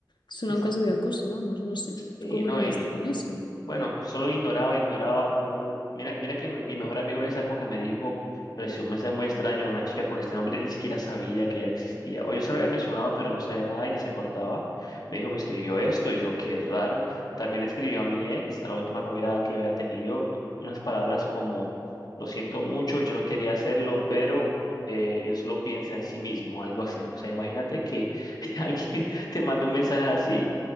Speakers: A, on the left; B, on the left.
A: Suena
B: Es-
A: a un caso de acoso, vamos, no sé.
B: Sí,
A: ¿Tú cómo
B: ¿no?
A: lidiaste
B: Y
A: con eso?
B: Bueno, solo ignoraba, ignoraba. Hubo- mira, mira que mi mi mejor amigo en esa época me dijo, recibió un mensaje muy extraño de una chica con este nombre, él ni siquiera sabía que ella existía. O yo se lo había mencionado, pero no sabía nada y ni se acordaba. Me dijo, me escribió esto y yo, qué raro. También le escribió a mi ex, a la última novia que yo había tenido, unas palabras como, lo siento mucho, yo no quería hacerlo, pero eh, él solo piensa en sí mismo, algo así. O sea, imagínate que <laughs> alguien te manda un mensaje así.